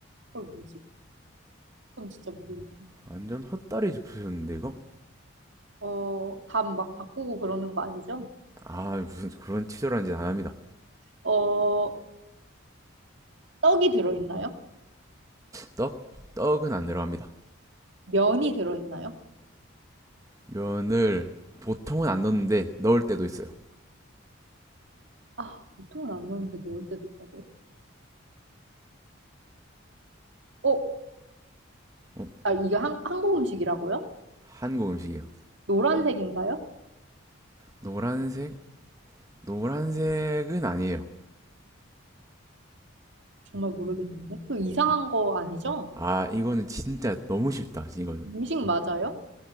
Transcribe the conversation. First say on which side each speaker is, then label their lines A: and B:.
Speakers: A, on the right; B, on the right.
A: 헐, 뭐지? 그럼 진짜 모르겠네.
B: 완전 헛다리 짚으셨는데 이거
A: 어, 답 막 바꾸고 그러는 거 아니죠?
B: 아 무슨 그런 치졸한 짓 안 합니다
A: 어, 떡이 들어있나요?
B: 떡 떡은 안 들어갑니다
A: 면이 들어있나요?
B: 면을 보통은 안 넣는데 넣을 때도 있어요
A: 아, 보통은 안 넣는데 넣을 때도 있다고요? 어,
B: 어
A: 아, 이게 한, 한국 음식이라고요?
B: 한국 음식이에요
A: 노란색인가요?
B: 노란색 노란색은 아니에요
A: 정말 모르겠는데. 또 이상한 거 아니죠?
B: 아, 이거는 진짜 너무 쉽다. 이거는.
A: 음식 맞아요?